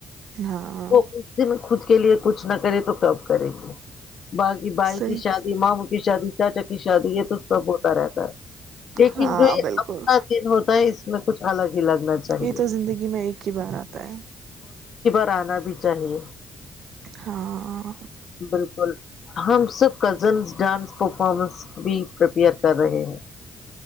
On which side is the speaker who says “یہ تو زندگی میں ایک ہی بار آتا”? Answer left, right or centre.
Right